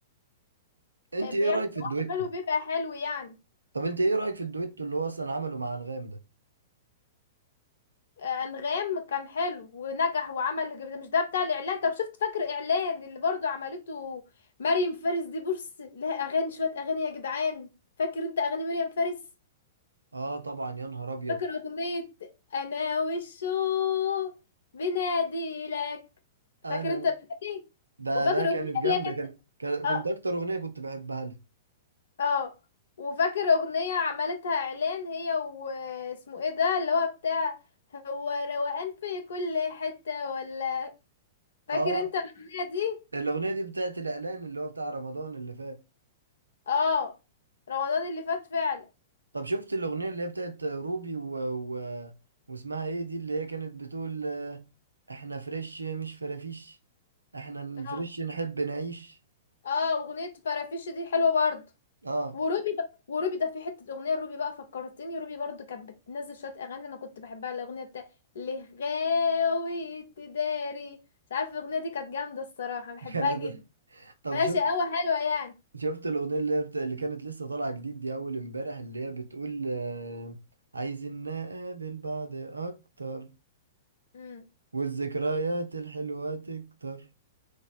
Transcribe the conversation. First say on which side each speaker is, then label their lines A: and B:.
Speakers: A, on the right; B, on the left.
A: انت
B: آه، بيعمل
A: ايه رأيك في
B: لوحده
A: الدويتو
B: حلو بيبقى حلو يعني
A: طب انت ايه رأيك في الدويتو اللي هو اصلا عمله مع أنغام ده
B: آه، انغام كان حلو ونجح وعمل مش ده بتاع الاعلان طب شفت فاكر اعلان اللي برضو عملته مريم فارس دي بص لها اغاني شويه اغاني يا جدعان فاكر انت اغاني مريم فارس
A: اه طبعا يا نهار ابيض
B: فاكر اغنيه انا والشوق بنادي لك
A: انا
B: فاكر انت الاغنيه دي
A: ده
B: وفاكر
A: ده كانت
B: اغنيه
A: جامدة
B: اللي هي كانت
A: كان كان- كنت
B: اه
A: اكتر اغنية كنت بحبها لها
B: اه وفاكر اغنية عملتها اعلان هي واسمه ايه ده اللي هو بتاع هو روقان في كل حتة ولا فاكر
A: اه
B: انت الاغنية دي
A: الاغنية دي بتاعت الاعلان اللي هو بتاع رمضان اللي فات
B: اه رمضان اللي فات فعلا
A: طب شفت الأغنية اللي هي بتاعت روبي و... و... واسمها ايه دي اللي هي كانت بتقول آه، احنا فريش مش فرافيش احنا الفريش
B: اه
A: نحب نعيش
B: اه اغنية فرافيش دي حلوة برضه
A: اه
B: وروبي بقى وروبي ده في حتة اغنية روبي بقى فكرتني روبي برضه كانت بتنزل شوية اغاني انا كنت بحبها الاغنية بتاع اللي غاوي تداري مش عارفة الاغنية دي كانت جامدة الصراحة بحبها
A: <laughs> كانت
B: جدا
A: طب
B: ماشي
A: شفت
B: قوي حلوة يعني
A: شفت الأغنية اللي هي بت... اللي كانت لسه طالعة جديد دي أول امبارح اللي هي بتقول آه، عايزين نقابل بعض أكتر
B: امم
A: والذكريات الحلوة تكتر